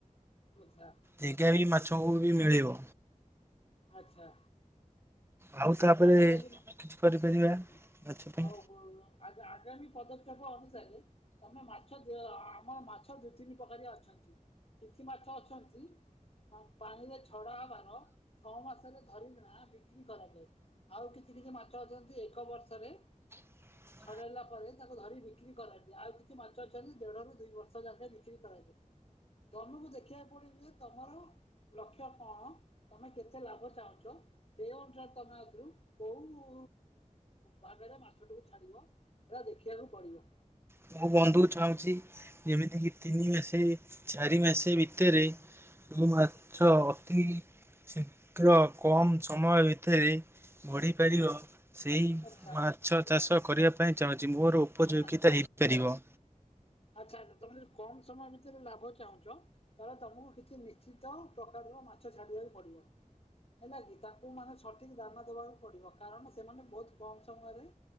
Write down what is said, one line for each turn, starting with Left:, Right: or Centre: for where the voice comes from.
Left: ଆଚ୍ଛା।
Right: ଜ୍ୟଗା ବି ମାଛକୁ ବି ମିଳିବ।
Left: ଆଚ୍ଛା।
Right: ଆଉ ତାପରେ
Left: ତମେ ଯଦି ନ
Right: କିଛି କରିପାରିବା
Left: ହୁଁ
Right: ମାଛ ପାଇଁ
Left: ଆଉ ଆ ଆଗାମୀ ପଦକ୍ଷେପ ଅନୁସାରେ ତମେ ମାଛ ଆମର ମାଛ ଦୁଇ ତିନି ପ୍ରକାରିଆ ଅଛନ୍ତି କିଛି ମାଛ ଅଛନ୍ତି। ପାଣିରେ ଛଡ଼ା ହବାର ଛଅ ମାସରେ ଧରିିକିନା ବିକ୍ରି କରାଯାଏ। ଆଉ କିଛି କିଛି ମାଛ ଅଛନ୍ତି ଏକ ବର୍ଷରେ
Right: ହଁ
Left: ଛଡ଼ାଇଲା ପରେ ତାକୁ ଧରି ବିକ୍ରି କରାଯାଏ ଆଉ କିଛି ମାଛ ଅଛନ୍ତି ଦେଢ଼ରୁ ଦୁଇ ବର୍ଷ ଯାକେ ବିକ୍ରି କରାଯାଏ। ତମକୁ ଦେଖିବାକୁ ପଡିବ ଯେ ତମର ଲକ୍ଷ୍ୟ କଣ ତମେ କେତେ ଲାଭ ଚାହୁଁଛ ସେ ଅନୁସାରେ ତମେ ଆ କୁ କୋଉ ଭାଗରେ ମାଛଟିକୁ ଛାଡିବ ହେରା ଦେଖିବାକୁ ପଡିବ।
Right: ମୁଁ ବନ୍ଧୁକୁ ଚାହୁଁଛି ଯେମିତିକିି ତିନି ମାସେ ଚାରି ମାସେ ଭିତେରେ। ମୁଁ ମାଛ ଅତି। ଶୀଘ୍ର କମ୍ ସମୟ ଭିତେରେ ବଢିପାରିବ। ସେଇ
Left: ଆଚ୍ଛା
Right: ମାଛ ଚାଷ
Left: ଆଚ୍ଛା
Right: କରିବା ପାଇଁ ଚାହୁଁଛି ମୋର ଉପଯୋଗିତା
Left: ଆଚ୍ଛା ଆଚ୍ଛା
Right: ହେଇପାରିବ।
Left: ଆଚ୍ଛା ଆଚ୍ଛା ତମେ ଯଦି କମ ସମୟ ଭିତେରେ ଲାଭ ଚାହୁଁଚ। ତାହେଲେ ତମୁକୁ କିଛି ନିଶ୍ଚିତ ପ୍ରକାରର ମାଛ ଛାଡିବାକୁ ପଡିବ। ହେଲା କିି ତାଙ୍କୁ ମାନେ ସଠିକ୍ ଦାନା ଦେବାକୁ ପଡ଼ିବ କାରଣ ସେମାନେ ବହୁତ। କମ୍ ସମୟରେ